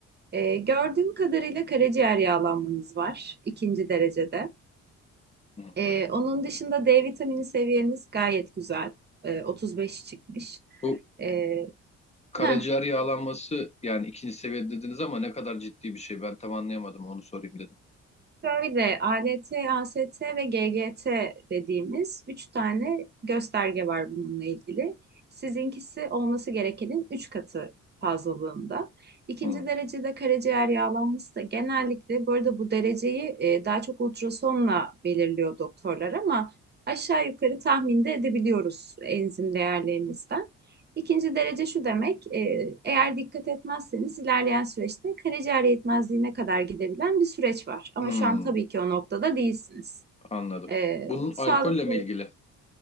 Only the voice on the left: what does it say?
Hı.
Bu
karaciğer
yağlanması yani ikinci seviye dediniz ama ne kadar ciddi bir şey ben tam anlayamadım onu sorayım dedim.
Hı.
Hı.
Anladım.
Bunun
alkolle mi ilgili?